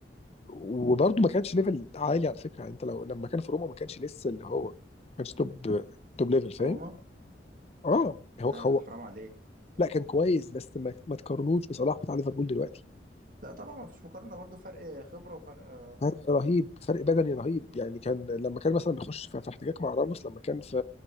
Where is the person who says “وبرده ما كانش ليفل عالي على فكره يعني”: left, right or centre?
Left